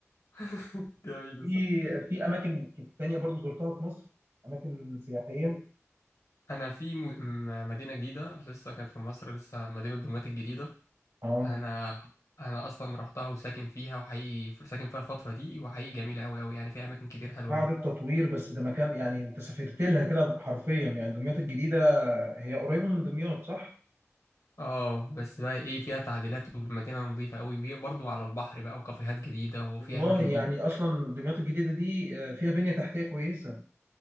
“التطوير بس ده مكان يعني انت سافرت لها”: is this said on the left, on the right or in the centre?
Right